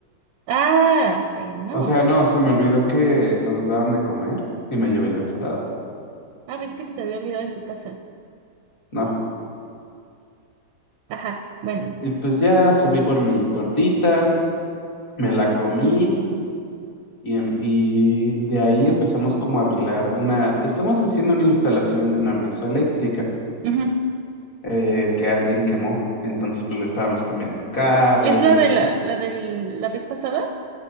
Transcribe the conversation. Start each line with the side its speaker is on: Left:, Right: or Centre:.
Right: Ah, bueno.
Left: O sea, no, se me olvidó que nos daban de comer y me llevé
Right: Mm.
Left: la ensalada.
Right: Ah, pensé que se te había olvidado en tu casa.
Left: No.
Right: Ajá, bueno.
Left: Y pues ya subí por mi tortita, me la comí y, em- y de ahí empezamos como a arreglar una... Estamos haciendo una instalación de una mesa eléctrica.
Right: Ujú.
Left: eh, que alguien quemó. Entonces, pues le estábamos cambiando cables,
Right: ¿Es la
Left: le estábamos-
Right: de la, la de la vez pasada?